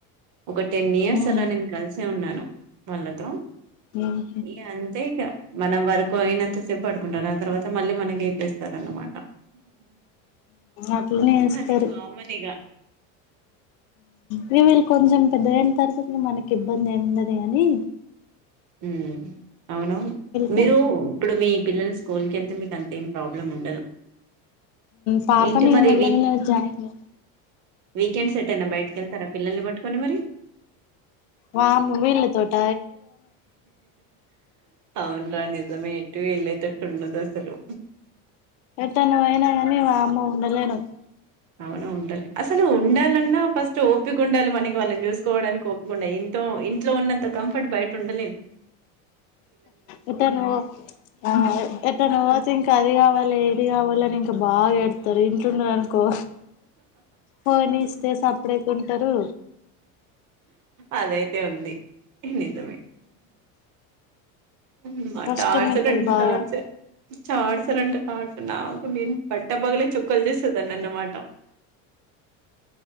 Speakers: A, on the right (about 50°); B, on the left (about 85°).
A: ఒక టెన్ ఇయర్స్
B: ఉమ్
A: అలా నేను కలిసే ఉన్నాను వాళ్ళతో
B: ఉమ్
A: ఇ అంతే ఇక మనం వరకు కోరినంత చెడుకుంటారు ఆ తర్వాత మళ్ళీ మనకి ఏ చేస్తారు అన్నమాట
B: అట్లనే వేస్తారు
A: అది కామన్ ఇగ
B: రవిల్ కొంచెం పెద్ద ఎంత తరుతు మనకి ఇబ్బంది ఏముండది కాగానీ
A: ఉ అవునవును
B: కొం
A: మీరు ఇప్పుడు మీ పిల్లలు స్కూల్కి వెళ్ అయితే మీకు అంత ఏం ప్రాబ్లం ఉండదు
B: పాపనిగా
A: ఏంటి మరి
B: మెల్ మల్ జాయి
A: వీకండ్ సెట్టేనా బయటకి వెళ్తార పిల్లల్ని పట్టుొని మరి
B: వామ్ వీళ్ళ తోట
A: అవున రా నిజమేటుూ వెళ్ళ తట్ ఉన్నద అసలు
B: ఎట్ట నువ అయినా కానీ మా అమ్మ ఉండలేను
A: అవునా ఉండాలి అసలు ఉండాలన్నా ఫస్ట్ ఒపిక ఉండాలి మనకి వాళ్ళని చూసుకోవడానికి ఒప్పుిక ఉండాలి ఇ ఇంట్లో ఉన్నంత కంఫర్ట్ బయట టటుండలే
B: ఎట్టను ఆ ఎట్ట ను ఓతే ఇంకా అది కావాలి కావాలని ఇంకా బాగాడ ారు ఇంటున్నారు అనుకో పోోని ఇస్తే సప్పుడే కొను తరు
A: అదైతే ఉంది నిజమే హమ్మా
B: కష్టమైతది
A: టార్చర్ అండి
B: బాగా
A: టార్చర్ టార్చర్ అంటే టార్చర్ నాకు నేను బట్టపగలే చుక్కలు చేసేదాన్ని అన్నమాట